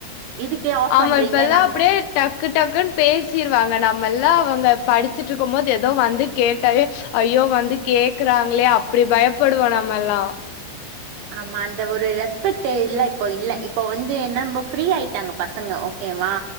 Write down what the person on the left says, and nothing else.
ஆமா
இப்பெல்லா
அப்டியே டக்கு டக்குன் பேசிருவாங்க நம்மெல்லா அவங்க படிச்சிட்ருக்கும் போது எதோ வந்து கேட்டாவே ஐயோ வந்து கேக்கறாங்ளே அப்பிடி பயப்படுவோ நம்மெல்லா